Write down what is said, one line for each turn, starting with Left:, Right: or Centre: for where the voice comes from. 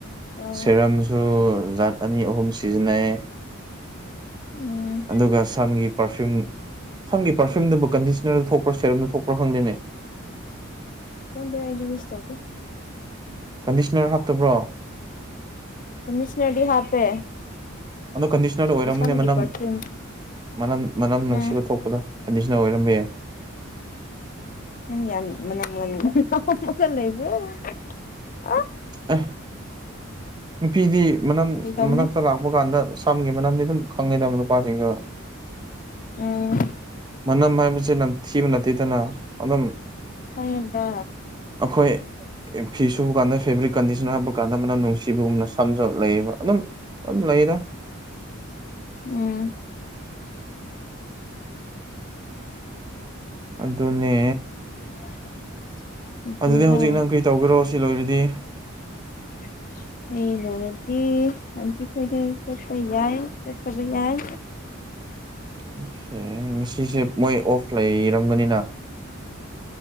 Left: ꯑ
Right: ꯁꯦꯔꯝꯁꯨ ꯖꯥꯠ ꯑꯅꯤ ꯑꯍꯨꯝ ꯁꯤꯖꯤꯟꯅꯩ
Left: ꯎꯝ
Right: ꯑꯗꯨꯒ ꯁꯝꯒꯤ ꯄꯥꯔꯐ꯭ꯌꯨꯝ ꯁꯝꯒꯤ ꯄꯔꯐ꯭ꯌꯨꯝꯗꯨꯕꯨ ꯀꯟꯗꯤꯁꯅꯔꯗ ꯊꯣꯛꯄ꯭ꯔꯥ ꯁꯦꯔꯝꯗ ꯊꯣꯛꯄ꯭ꯔꯥ ꯈꯪꯗꯦꯅꯦ
Left: ꯈꯪꯗꯦ ꯑꯩꯗꯤ ꯌꯨꯁ ꯇꯧꯗꯦ
Right: ꯀꯟꯗꯤꯁꯅꯔ ꯍꯥꯞꯇꯕ꯭ꯔꯣ
Left: ꯀꯟꯗꯤꯁꯅꯔꯗꯤ ꯍꯥꯞꯄꯦ
Right: ꯑꯗꯣ ꯀꯟꯗꯤꯁꯅꯔꯗ
Left: ꯑꯗꯨ
Right: ꯑꯣꯏꯔꯝꯃꯅꯦ
Left: ꯁꯝꯒꯤ
Right: ꯃꯅꯝ
Left: ꯄꯔꯐ꯭ꯌꯨꯝ
Right: ꯃꯅꯝ ꯃꯅꯝ ꯅꯨꯡꯁꯤꯕ
Left: ꯎꯝ
Right: ꯊꯣꯛꯄꯗꯣ ꯀꯟꯗꯤꯁꯅ ꯑꯣꯏꯔꯝꯕ ꯌꯥꯏ
Left: ꯅꯪ ꯌꯥꯝ <unintelligible>
Right: ꯑꯦ ꯅꯨꯄꯤꯗꯤ ꯃꯅꯝ
Left: ꯐꯒꯤ ꯇꯧꯕꯅꯦ
Right: ꯃꯅꯥꯛꯇ ꯂꯥꯛꯄ ꯀꯥꯟꯗ ꯁꯝꯒꯤ ꯃꯅꯝꯗꯤ ꯑꯗꯨꯝ ꯈꯪꯉꯤꯗꯕ ꯅꯨꯄꯥꯁꯤꯡꯁꯨ
Left: ꯎꯝ
Right: ꯃꯅꯝ ꯍꯥꯏꯕꯁꯤ ꯅꯝꯊꯤꯕ ꯑꯗꯨꯝ
Left: ꯐꯌꯦꯟꯗꯥ
Right: ꯑꯩꯈꯣꯏ ꯐꯤ ꯁꯨꯕ ꯀꯥꯟꯗ ꯐꯦꯕ꯭ꯔꯤꯛ ꯀꯟꯗꯤꯁꯅꯔ ꯍꯥꯞꯄ ꯀꯥꯟꯗ ꯃꯅꯝ ꯅꯨꯡꯁꯤꯕꯒꯨꯝꯅ ꯁꯝꯖꯨ ꯂꯩꯕ ꯑꯗꯨꯝ ꯂꯩꯌꯦꯗ
Left: ꯎꯝ
Right: ꯑꯗꯨꯅꯦ
Left: <unintelligible> ꯑꯗꯨꯒ
Right: ꯑꯗꯨꯗꯤ ꯍꯧꯖꯤꯛ ꯅꯪ ꯀꯩ ꯇꯧꯒꯦꯔꯣ ꯁꯤ ꯂꯣꯏꯔꯗꯤ
Left: <unintelligible> ꯑꯩ ꯂꯣꯏꯔꯗꯤ ꯑꯥꯟꯗꯤ ꯀꯣꯏꯗ ꯆꯠꯄ ꯌꯥꯏ ꯆꯠꯇꯕ ꯌꯥꯏ
Right: ꯑꯣꯀꯦ ꯉꯁꯤꯁꯦ ꯃꯣꯏ ꯑꯣꯐ ꯂꯩꯔꯝꯒꯅꯤꯅ